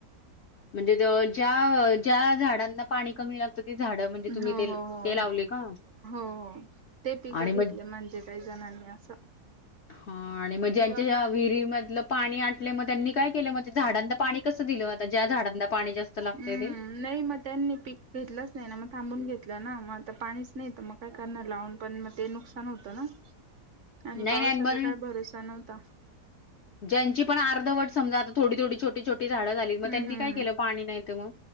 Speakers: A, on the left (about 60°); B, on the right (about 55°).
A: म्हणजे ज्या, ज्या झाडांना पाणी कमी लागतं ते झाडं म्हणजे तुम्ही
B: हो
A: ते
B: हो हो
A: लावले का?
B: हो हो ते पिकं
A: आणि मग
B: घेतलं म्हणजे काही जणांनी असं.
A: हा आणि मग
B: किंवा
A: ज्यांच्या
B: मग
A: विहिरी मधलं पाणी आटलं मग त्यांनी काय केलं मग ते झाडांना पाणी कसं दिलं आता? ज्या झाडांना पाणी जास्त लागतयं
B: हम्म
A: ते.
B: नाही मग त्यांनी पीक घेतलंच नाही ना मग थांबून घेतलं ना मग आता पाणीच नाही तर मग काय करणार लावून पण मग ते नुकसान होतं ना, आणि
A: नाही
B: पावसाचा
A: नाही पण
B: काय भरोसा नव्हता.
A: ज्यांची पण अर्धवट समजा आता थोडी थोडी छोटी छोटी झाडं झाली मग
B: हम्म
A: त्यांनी
B: हम्म
A: काय केलं पाणी नाही ते मग?